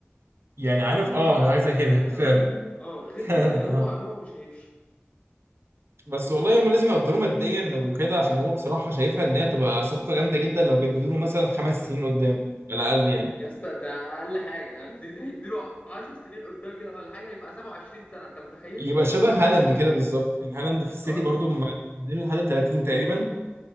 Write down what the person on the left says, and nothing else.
دي
ال-
دي الحاجه
الوحيده اه
غير
كده لكن هو
هو مش هيمشي
يا اسطى ده اقل حاجه ده يعني ده هيديله 10 سنين قدام كده ولا حاجه يبقى 27 سنه انت متخيل
اه
يا اسطى